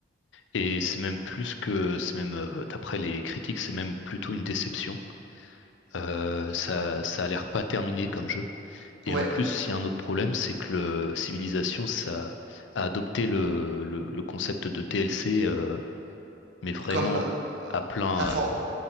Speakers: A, on the left; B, on the right.
A: Et c'est même plus que, c'est même, euh, d'après les critiques, c'est même plutôt une déception. Euh, ça, ça a l'air pas terminé comme jeu. Et
B: Ouais,
A: en plus, il y a un autre problème, c'est que le Civilization, ça a adopté le, le, le concept de DLC, euh, mais vraiment
B: comme euh,
A: à plein,
B: avant.